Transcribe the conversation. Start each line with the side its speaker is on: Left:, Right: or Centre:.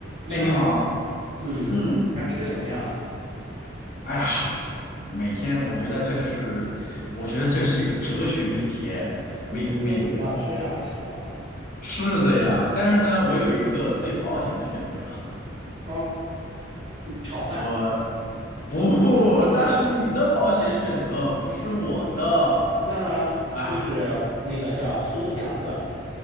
Right: 你好，
Left: 哎，你好，
Right: 嗯，
Left: 嗯，
Right: 晚上吃什么呀？
Left: 哎呀，每天我觉得这个是，我觉得这是一个哲学命题，哎，
Right: 你又不知道吃啥了是吗？
Left: 每每是的呀，但是呢，我有一个最保险的选择，
Right: 嗯，炒饭，
Left: <laughs> 我不，那是你的保险选择，不是我的，
Right: 那就是那个叫速冻饺子。
Left: 哎